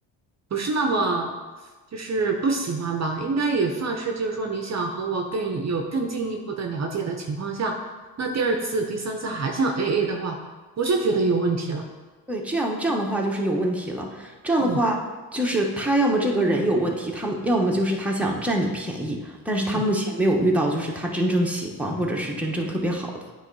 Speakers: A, on the right; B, in the centre.
A: 不是那么就是不喜欢吧？应该也算是，就是说你想和我更有更进一步的了解的情况下，那第二次、第三次还想 A A 的话，我就觉得有问题了。
B: 对，这样这样的话就是有问题了。这样的话就是他要么这个人有问题，
A: 嗯。
B: 他们要么就是他想占你便宜，但是他目前没有遇到就是他真正喜欢或者是真正特别好的。
A: 嗯